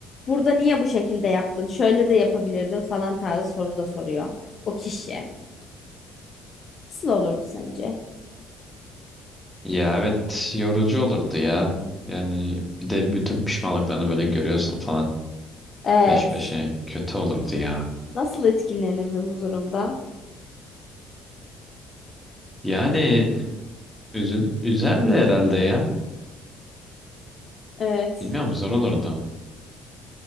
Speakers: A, on the left; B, in the centre.
A: burada niye bu şekilde yaptın? Şöyle de yapabilirdin falan tarzı soru da soruyor o kişi. Nasıl olurdu sence?
B: Ya evet yorucu olurdu ya. Yani bir de bütün pişmanlıklarını böyle görüyorsun falan
A: Evet.
B: peş peşe kötü olurdu ya.
A: Nasıl etkilenirdin bu durumdan?
B: Yani üzül üzerdi herhalde ya.
A: Evet.
B: Bilmiyorum zor olurdu.